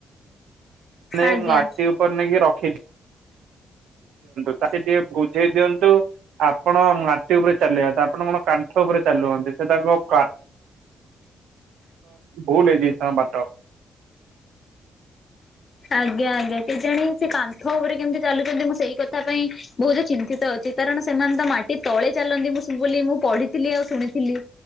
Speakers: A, on the right (about 70°); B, on the left (about 45°).
A: ନାଇଁ
B: ଆଜ୍ଞା
A: ମାଟି ଉପରେ ନାଇଁ କିି ରଖି ତା ସେ ଟିକେ ବୁଝେଇ ଦିଅନ୍ତୁ ଆପଣ ମା ଉପରେ ଚାଲିବେ ଆପଣ କଣ କାନ୍ଥ ଉପରେ ଚାଲୁଛନ୍ତି ସେଟା କଣ ଭୁଲ ହେଇଯାଇଛି ତାଙ୍କ ବାଟ।
B: ଆଜ୍ଞା ଆଜ୍ଞା କେଜାଣି ସେ କାନ୍ଥ ଉପରେ କେମିତି ଚାଲୁଛନ୍ତି ମୁଁ ସେଇ କଥା ପାଇଁ ବହୁତ ଚିନ୍ତିତ ଅଛି। କାରଣ ସେମାନେ ତ ମାଟି ତଳେ ଚାଲନ୍ତି ମୁଁ ବୋଲି ମୁଁ ପଢିଥିଲି ଆଉ ଶୁଣିଥିଲି।